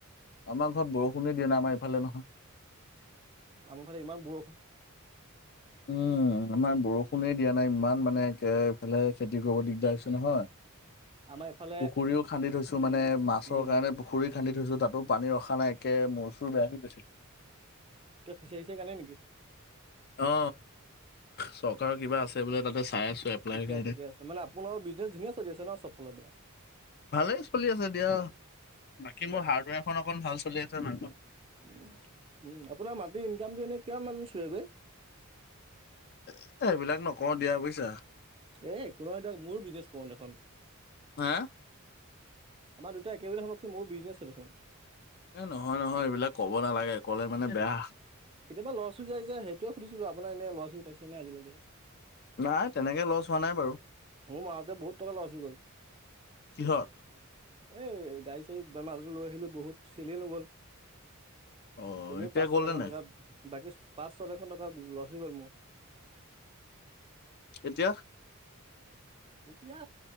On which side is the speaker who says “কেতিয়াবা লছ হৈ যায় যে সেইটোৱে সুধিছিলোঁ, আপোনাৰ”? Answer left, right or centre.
Right